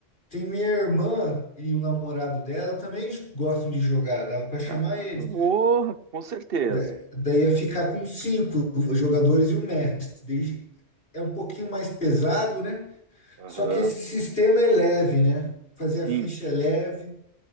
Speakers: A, on the left (about 60°); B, on the right (about 60°).
A: Tem minha irmã e o namorado dela também gostam de jogar, dava para chamar
B: ah,
A: eles.
B: o- com certeza.
A: Da- Daí ia ficar com cinco jogadores e o mestre. Daí é um pouquinho mais pesado, né?
B: Aham.
A: Só que esse sistema é leve, né? Fazer
B: Sim,
A: a ficha é leve.